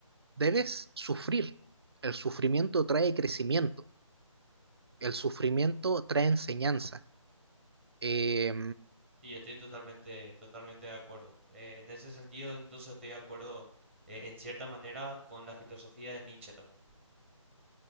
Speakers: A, on the right (about 50°); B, in the centre.
A: debes sufrir. El sufrimiento trae crecimiento. El sufrimiento trae enseñanza. Eh,
B: Y yo estoy totalmente, totalmente de acuerdo. Eh, en ese sentido, incluso estoy de acuerdo, eh, en cierta manera, con la filosofía de Nietzsche también.